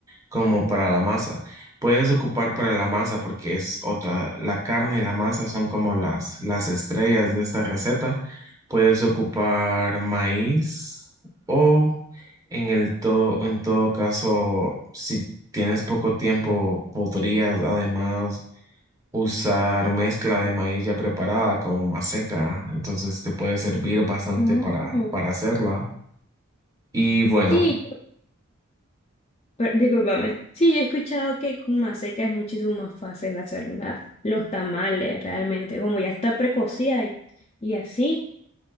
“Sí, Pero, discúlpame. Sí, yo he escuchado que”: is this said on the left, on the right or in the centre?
Left